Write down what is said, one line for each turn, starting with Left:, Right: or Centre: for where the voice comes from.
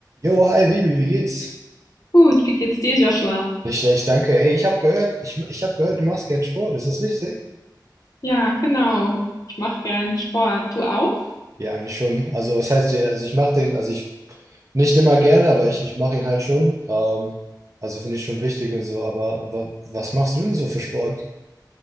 Right: Jo, hi Vivi, wie geht's?
Left: Gut, wie geht's dir, Joshua?
Right: Nicht schlecht, danke. Ey, ich habe gehört, ich, ich habe gehört, du machst gern Sport, ist das richtig?
Left: Ja, genau. Ich mache gern Sport. Du auch?
Right: Ja, eigentlich schon. Also, was heißt ja, also ich mache den, also ich nicht immer gerne, aber ich, ich mache ihn halt schon. Ähm, also finde ich schon wichtig und so, aber wa, was machst du denn so für Sport?